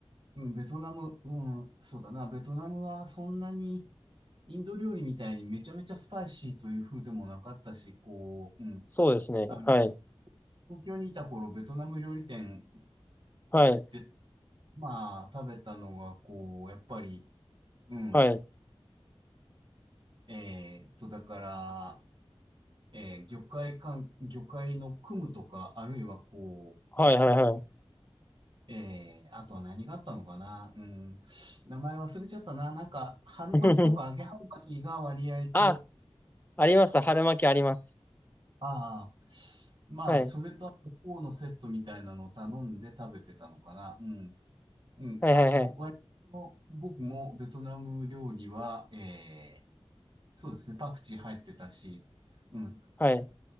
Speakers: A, on the right; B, on the left.
A: うん、ベトナム、うん、そうだな。ベトナムはそんなに、インド料理みたいにめちゃめちゃスパイシーという風でもなかったし、こう、うん。
B: そうですね。
A: あの、
B: はい。
A: 東京にいた頃、ベトナム料理店
B: はい。
A: 行って、まあ、食べたのが、こう、やっぱり、うん。
B: はい。
A: えーっと、だから、えー魚介関魚介のクムとか、あるいはこう、
B: はいはいはい。
A: えー、あとは何があったのかな。うん。名前忘れちゃったな。なんか、春巻きとか揚げ春巻きが割合と、
B: <laughs> あ、あります。春巻きあります。
A: ああ、まあ、
B: はい。
A: それとあと、フォーのセットみたいなのを頼んで食べてたのかな。うん。うん。
B: はいはいはい。
A: あの、割と僕もベトナム料理は、えーそうですね、パクチー入ってたし、うん、
B: はい。